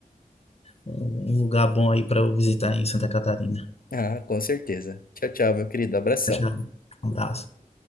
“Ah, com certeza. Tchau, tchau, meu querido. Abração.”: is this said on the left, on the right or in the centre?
Left